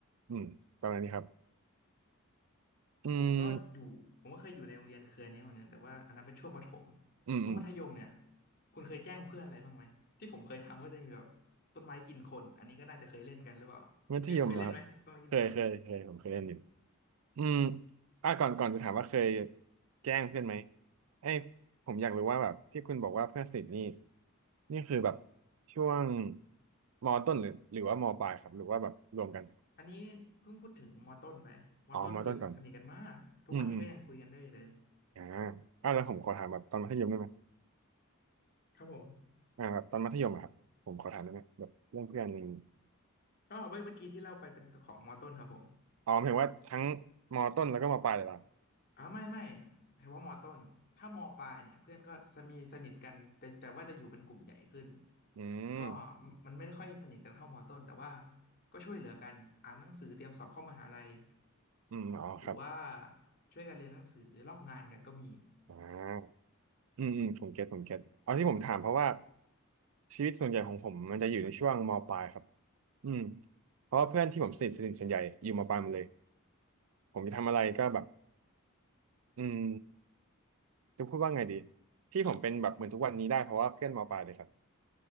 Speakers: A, on the right; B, on the left.
A: อืมประมาณนี้ครับอืม
B: ผมก็อยู่ผมก็เคยอยู่ในโรงเรียนเครือนี้เหมือนกันแต่ว่าอันนั้นเป็นช่วงประถม
A: อืมอืม
B: ช่วงมัธยมเนี่ยคุณเคยแกล้งเพื่อนอะไรบ้างไหมที่ผมเคยทำก็จะมีแบบต้นไม้กินคนอันนี้ก็น่าจะเคยเล่นกันหรือเปล่าเคยเคยเล่นไหมต้นไม้กินคน
A: <laughs> มัธยมเหรอครับเคยเคยเคยผมเคยเล่นอยู่อืมอ่ะก่อนก่อนจะถามว่าเคยแกล้งเพื่อนไหมไอ้ยผมอยากรู้ว่าแบบที่คุณบอกว่าเพื่อนสนิทนี่นี่คือแบบช่วงมต้นหรือหรือว่ามปลายครับหรือว่าแบบรวมกัน
B: อันนี้เพิ่งพูดถึงมอต้นไปมอต้นคือสนิทกันมากทุกวันนี้ก็ยังคุยกันได้อยู่เลย
A: อ๋อมต้นก่อนอืมอืมอ่าอ่ะแล้วผมขอถามแบบตอนมัธยมได้ไหม
B: ครับผม
A: อ่าแบบตอนมัธยมอะครับผมขอถามได้ไหมแบบเรื่องเพื่อนอะไรอย่างงี้
B: ก็เมื่อเมื่อกี้ที่เล่าไปเป็นของมอต้นครับผม
A: อ๋อหมายถึงว่าทั้งมต้นแล้วก็มปลายเลยเหรอ
B: อ๋อไม่ไม่เฉพาะมอต้นถ้ามอปลายเนี่ยเพื่อนก็จะมีสนิทกันแต่แต่ว่าจะอยู่เป็นกลุ่มใหญ่ขึ้น
A: อืม
B: ก็มันไม่ได้ค่อยสนิทกันเท่ามอต้นแต่ว่าก็ช่วยเหลือกันอ่านหนังสือเตรียมสอบเข้ามหาลัย
A: อืมอ๋อครับ
B: หรือว่าช่วยกันเรียนหนังสือลอกงานกันก็มี
A: อ่าอืมอืมผมเก็ตผมเก็ตเอาที่ผมถามเพราะว่าชีวิตส่วนใหญ่ของผมมันจะอยู่ในช่วงมปลายครับอืมเพราะว่าเพื่อนที่ผมสนิทสนิทส่วนใหญ่อยู่มปลายหมดเลยผมจะทำอะไรก็แบบอืมจะพูดว่าไงดีที่ผมเป็นแบบเหมือนทุกวันนี้ได้เพราะว่าเพื่อนมปลายเลยครับ